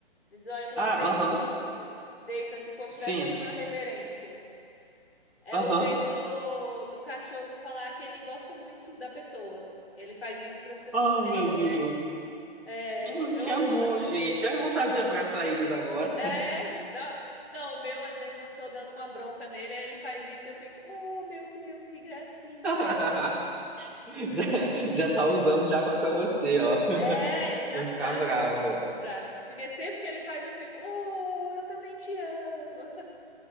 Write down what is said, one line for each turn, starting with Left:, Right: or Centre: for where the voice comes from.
Left: Eles olham pra
Centre: Ah,
Left: você e se
Centre: aham.
Left: espreguiça. Deita assim, como se estivesse
Centre: Sim.
Left: fazendo uma reverência. É
Centre: Aham.
Left: o jeito do, do cachorro falar que ele gosta muito da pessoa. Ele faz isso pras pessoas
Centre: Oh,
Left: que ele
Centre: meu
Left: gosta.
Centre: Deus.
Left: É,
Centre: Oh, que
Left: eu,
Centre: amor,
Left: nossa,
Centre: gente.
Left: acho muito
Centre: Ai,
Left: legal.
Centre: vontade de abraçar eles agora.
Left: É, dá- não, o meu, às vezes eu tô dando uma bronca nele, aí ele faz isso, eu fico, oh meu Deus, que gracinha.
Centre: <laughs> Já, já tá usando já contra você, ó.
Left: É, ele já
Centre: Não
Left: sabe
Centre: ficar bravo.
Left: que é meu ponto fraco. Porque sempre que ele faz, eu fico, oh, eu também te amo.